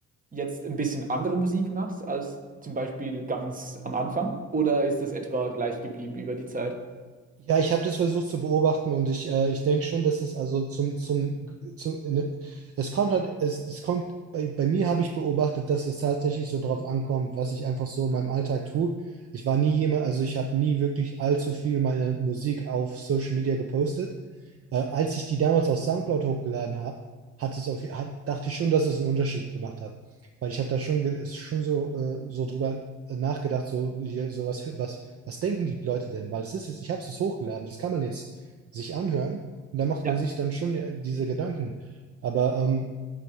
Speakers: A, on the right; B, on the right.
A: jetzt ein bisschen andere Musik machst als zum Beispiel ganz am Anfang? Oder ist das etwa gleich geblieben über die Zeit?
B: Ja, ich habe das versucht zu beobachten und ich, äh, ich denke schon, dass es also zum, zum, zum ne, es kommt halt, es, es kommt, bei, bei mir habe ich beobachtet, dass es tatsächlich so drauf ankommt, was ich einfach so in meinem Alltag tue. Ich war nie jemand, also ich habe nie wirklich allzu viel meine Musik auf Social Media gepostet. Äh, als ich die damals auf SoundCloud hochgeladen habe, hat es auf, hab, dachte ich schon, dass es einen Unterschied gemacht hat. Weil ich habe da schon, ge- schon so, äh, so drüber äh, nachgedacht, so, wie- so was, was, was denken die Leute denn? Weil es ist jetzt, ich habe es jetzt hochgeladen, das kann man jetzt sich anhören und da macht
A: Ja,
B: man sich dann schon äh, diese Gedanken. Aber ähm,